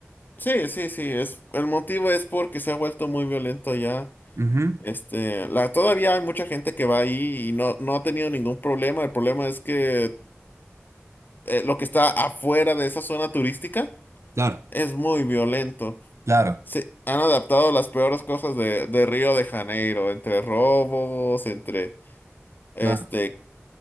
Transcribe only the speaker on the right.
Ujú.
Claro,
Claro.
claro.